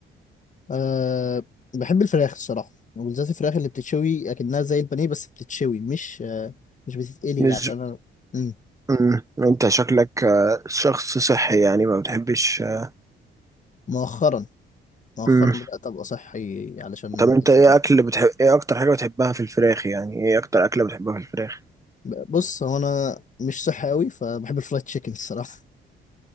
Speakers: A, on the left; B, on the right.
A: أه بحب الفراخ الصراحة وبالذات الفراخ اللي بتتشوي أكنها زي البانيه بس بتتشوي مش أه مش بتتقلي
B: مش
A: عشان أنا مم.
B: مم، أنت شكلك آه، شخص صحي يعني ما بتحبش آه،
A: مؤخرا مؤخرا
B: مم،
A: بدأت أبقى صحي علشان
B: طب أنت
A: بنزل
B: إيه
A: جيم
B: أكل بتحب إيه أكتر حاجة بتحبها في الفراخ يعني إيه أكتر أكلة بتحبها في الفراخ؟
A: ب- بص هو أنا مش صحي أوي فبحب الفرايد تشيكن الصراحة